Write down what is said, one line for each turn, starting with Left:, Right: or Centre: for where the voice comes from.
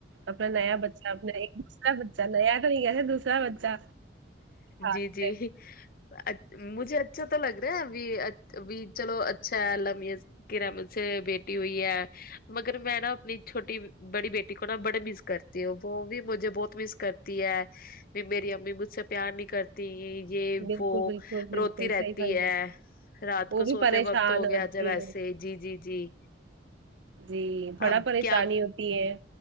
Right: اپنا نیا بچہ اپنا ایک دوسرا تو نیا تو نہیں ہے نہ دوسرا بچہ ہاتھ
Left: جی جی
Right: میں
Left: اچ مجھے اچھا تو لگ رہا ہے ابھی چلو اچھا ہے اللہ میاں کی رحمت سے بیٹی ہوئی ہے مگر میں نا اپنی چھوٹی بڑی بیٹی کو نا بڑے مس کرتی ہو وہ بھی مجھے بہت مس کرتی ہے میری امی مجھ سے پیار نہیں کرتی یہ
Right: بالکل
Left: وہ
Right: بالکل
Left: روتی
Right: بالکل
Left: رہتی
Right: صحیح فرما
Left: ہے رات کو
Right: وہ بھی
Left: سوتے
Right: پریشان
Left: وقت ہو گیا
Right: ہوتی
Left: جب ایسے
Right: ہے
Left: جی جی جی
Right: جی بڑا
Left: اب
Right: پریشانی
Left: کیا
Right: ہوتی ہے